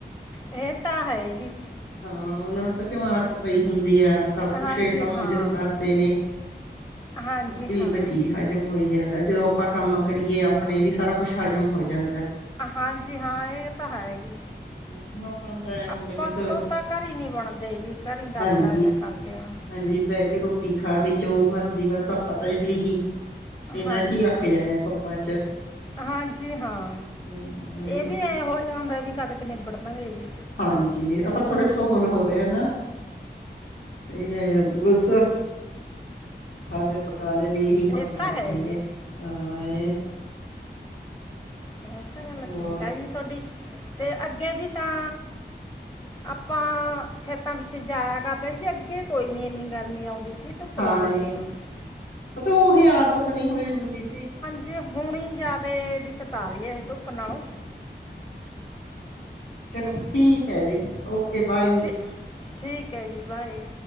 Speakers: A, on the left; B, on the left.
A: ਇਹ ਤਾਂ ਹੈ ਜੀ।
B: ਹਾਂ ਉਹਨਾਂ ਨੂੰ ਤਾਂ ਕਿਉਂ ਆਤ ਪਈ ਹੁੰਦੀ ਆ ਸਭ
A: ਹਾਂਜੀ
B: ਕੁੱਛ ਏਂ ਕੰਮ
A: ਹਾਂ
B: ਜਦੋਂ ਕਰਦੇ ਨੇ,
A: ਹਾਂਜੀ
B: ਆਪੀ
A: ਹਾਂ
B: ਭਚੀ ਹ ਹਜ਼ਮ ਹੋਈ ਜਾਂਦਾ, ਜਦੋਂ ਆਪਾਂ ਕੰਮ ਕਰੀਏ ਆਪਣੇ ਵੀ ਸਾਰਾ ਕੁੱਛ ਹਜ਼ਮ ਹੋ ਜਾਂਦਾ।
A: ਹਾਂਜੀ ਹਾਂ ਇਹ ਤਾਂ ਹੈ ਜੀ
B: ਹਮ, ਹੁਣ ਆਪਾਂ ਨੂੰ ਤਾਂ ਐ ਹੁੰਦਾ
A: ਆਪਾਂ
B: ਵੀ ਸ-
A: ਤੋਂ ਤਾ ਘਰੇ ਹੀ ਨੀ ਬਣਦੇ ਜੀ, ਘਰ ਈ ਦਮ
B: ਹਾਂਜੀ
A: ਲੈ- ਲੈ ਕਰਦੇ ਆ।
B: ਹਾਂਜੀ ਬਹਿ ਕੇ ਰੋਟੀ ਖਾ ਲਈ, ਜੋ ਮਰਜ਼ੀ ਬਸ ਆਪਾਂ ਤਾਂ ਇਹੀ ਇਹਨਾਂ
A: ਹਾਂਜੀ
B: ਚ ਹੀ ਅੱਕ
A: ਹਾਂ
B: ਜਾਣੇ ਕੰਮਾਂ ਚ
A: ਹਾਂਜੀ ਹਾਂ
B: ਹਾਂ, ਇਹ-
A: ਏ ਵੀ ਐ ਹੋ ਜਾਦਾ ਵੀ ਕਦ ਕ ਨਿਬੜਨਾ ਏ ਜੀ।
B: ਹਾਂਜੀ ਆਪਾਂ ਥੋੜੇ ਸੋਹਲ ਹੋ ਰਹੇ ਆ ਨਾ, ਇਹੀ ਆ ਬਸ ਖਾਲਿਆ ਪਕਾ ਲਿਆ ਵੀ ਇਹੀ ਕੰਮ
A: ਇਹ
B: ਕਰਨੇ
A: ਤਾਂ ਹੈ
B: ਨੇ
A: ਜੀ
B: ਅ ਏ
A: ਇਹ ਤਾਂ ਗੱਲ
B: ਹੋਰ
A: ਠੀਕ ਆ ਜੀ ਸੁਹਾਡੀ, ਤੇ ਅੱਗੇ ਵੀ ਤਾਂ ਆਪਾਂ ਖੇਤਾਂ ਵਿੱਚ ਜਾਇਆ ਕਰਦੇ ਜੀ, ਅੱਗੇ ਕੋਈ ਵੀ ਇੰਨੀ ਗਰਮੀ ਆਉਂਦੀ ਸੀ ਧੁੱਪ
B: ਹਾਂ
A: ਲੱਗਦੀ
B: ਏਂ,
A: ਸੀ ਅ,
B: ਪਤਾ ਉਹੀ ਆਤ ਬਣੀ ਹੋਈ ਹੁੰਦੀ ਸੀ।
A: ਜੀ ਹੁਣ ਈ ਜ਼ਿਆਦੇ ਦਿੱਕਤ ਆ ਰਹੀ ਐ ਇਹ ਧੁੱਪ ਨਾਲੋਂ
B: ਚਲੋ ਠੀਕ ਹੈ ਜੀ ਓਕੇ ਬਾਏ।
A: ਤੇ ਠੀਕ ਹੈ ਜੀ ਬਾਏ।